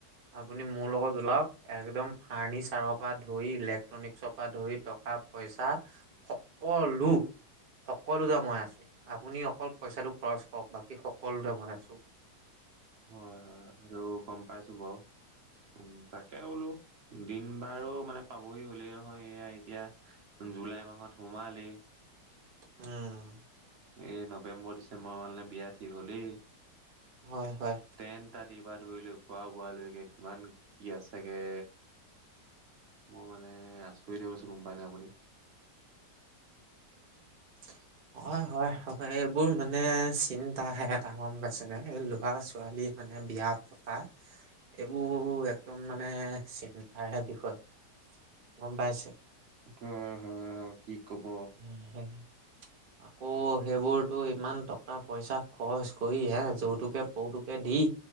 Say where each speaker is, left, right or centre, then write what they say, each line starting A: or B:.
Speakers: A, on the right; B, on the right.
A: আপুনি মোৰ লগত ওলাওক একদম ফাৰ্নিচাৰৰ পৰা ধৰি ইলেক্ট্ৰনিক চপ পা ধৰি টকা পইচা সকলো সকলোতে মই আছো আপুনি অকল পইচাটো খৰচ কৰক বাকী সকলোতে মই আছো।
B: হয়-হয় সেইটো গম পাইছো বাৰু উম তাক। তাকে দিম বাৰো মানে। পাবহি হ'লেই নহয় এয়া এতিয়া জুলাই মাহত সোমালে।
A: উম।
B: এই নৱেম্বৰ, ডিচেম্বৰ মানলে বিয়া ঠিক হ'লেই
A: হয় হয়
B: তেন। ইত্যাদিৰ পৰা ধৰি লো খোৱা-বোৱালৈকে কিমান কি আছেগে। মই মানে আচৰিত হৈ গৈছো গম পাই নে আপুনি।
A: <unintelligible> হয়-হয় সচাঁকে এইবোৰ মানে চিন্তাহে এটা গম পাইছেনে এই ল'ৰা-ছোৱালী। মানে বিয়া পতা। এইবোৰ একদম মানে চিন্তাৰে বিষয় গম পাইছে।
B: হয়-হয় আৰু। কি কব।
A: উম আ আকৌ সেইবোৰতো ইমান টকা পইচা খৰচ কৰি হে যৌতুকে পৌতুকে দি